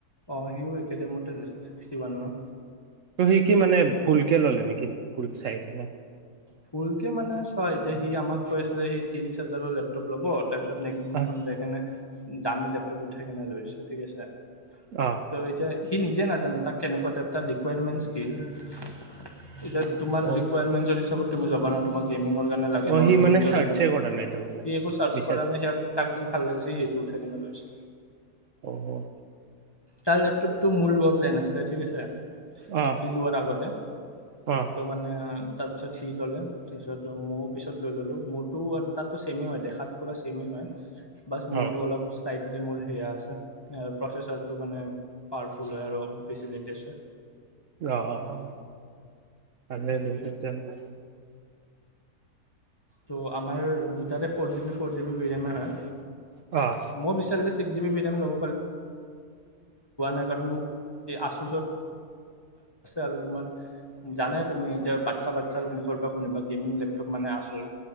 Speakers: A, on the left; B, on the right.
A: অ' সিও একেডেমতে লৈছো ছিকচটি ৱান মান।
B: ত' সি কি মানে ভুলকে ল'লে নেকি ভুল চাই কেনে?
A: ফুল কে মানে চোৱা এতিয়া সি আমাক কৈ আছিলে সি ত্ৰিছ হাজাৰৰ লেপটপ ল'ব তাৰপিছত ত' নেক্সট দিনাখন
B: আহ
A: যাই কেনে দামী লেপটপ উঠাই কেনে ধৰিছে ঠিক আছে।
B: অ'।
A: ত' এতিয়া সি নিজে নাজানো তাক কেনেকুৱা টপটা <unintelligible> লি ৰিকাৰমেণ্টছ কি এতিয়া তোমাৰ
B: অ
A: ৰিকুৱায়াৰমেণ্টছৰ হিচাপত তুমি যাবা না। তোমাৰ গেমিঙৰ কাৰণে লাগে
B: অ
A: নৰ্মেল
B: সি মানে
A: ইউজৰ
B: চাৰ্চে
A: কাৰণে লাগে।
B: কৰা নাই তাৰমানে
A: সি একো চাৰ্চছ
B: বিচাৰ
A: নে তাক যি ভাল লাগিছে সেইটো উঠাই কেনে লৈছে।
B: অ'।
A: তাৰ লেপটপটো মোৰ লোৱা প্লেন আছিলে ঠিক আছে।
B: অ'।
A: লোৱাৰ আগতে
B: অ'।
A: তো মানে তাৰপিছত সি ল'লে তাৰপিছত ময়ো পিছত লৈ ল'লোঁ, মোৰতো আৰু তাততো চেমেই হয় দেখাত পুৰা ছেমেই হয় বাছ
B: অ
A: মোৰটো অলপ চাইডলি মোৰ সেয়া আছে প্ৰচেছৰ টো মানে পাৱাৰফুল হয় আৰু বেছি লেটেষ্ট হয়
B: অ' ভালে
A: সেইটোৱে
B: দুতেনে <unintelligible>
A: ত' আমাৰ দুটাতে four GB B four GB ভেৰিয়ামে হয়
B: অ'।
A: মই বিচিলে ছিক্ জ বিম ল'ব। <unintelligible> আছে আৰু তোমাৰ জানে তুমি এতিয়া বাচ্ছা বাচ্ছাৰ মুখৰ পৰা শুনিবা গেমিং লেপটপ মানে আছে।